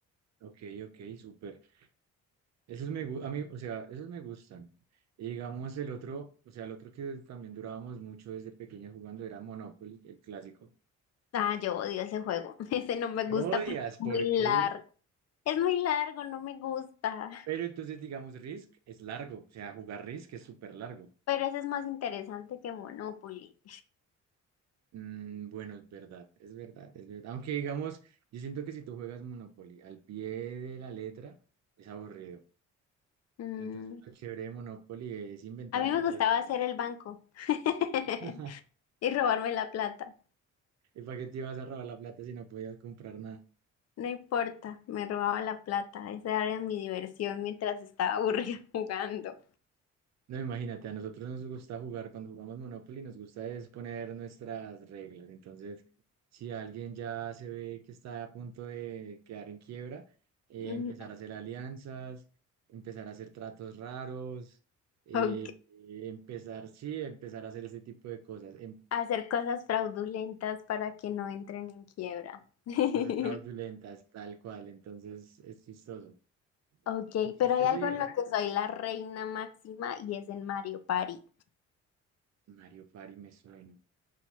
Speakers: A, on the right; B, on the left.
A: Ok, ok, súper. Esos me, gu- a mí, o sea, esos me gustan. Y digamos el otro, o sea, el otro que también durábamos mucho desde pequeños jugando era Monopoly, el clásico.
B: Ah, yo odio ese juego. <laughs> Ese no me
A: No
B: gusta
A: odias,
B: porque es
A: ¿por
B: muy
A: qué?
B: largo. Es muy largo, no me gusta.
A: Pero entonces, digamos, Risk es largo. O sea, jugar Risk es súper largo.
B: Pero ese es más interesante que Monopoly.
A: Mm, bueno, es verdad, es verdad, es verdad. Aunque digamos, yo siento que si tú juegas Monopoly al pie de la letra, es aburrido.
B: Mm,
A: Pero entonces lo chévere de Monopoly es inventarte
B: A mí me
A: reglas.
B: gustaba hacer el banco <laughs>
A: <laughs>
B: y robarme la plata.
A: ¿Y para qué te ibas a robar la plata si no podías comprar nada?
B: No importa, me robaba la plata. Esa era mi diversión mientras estaba aburrida <laughs> jugando.
A: No, imagínate, a nosotros nos gusta jugar, cuando jugamos Monopoly nos gusta es poner nuestras reglas. Entonces, si alguien ya se ve que está a punto de quedar en quiebra, eh,
B: Mm,
A: empezar a hacer alianzas, empezar a hacer tratos raros, eh,
B: Ok.
A: empezar, sí, empezar a hacer ese tipo de cosas, em-
B: Hacer cosas fraudulentas para que no entren en quiebra. <laughs>
A: cosas fraudulentas, tal cual. Entonces, es chistoso.
B: Ok,
A: Es chistoso
B: pero hay algo
A: y,
B: en lo que soy la reina máxima y es en Mario Party.
A: Mario Party me suena.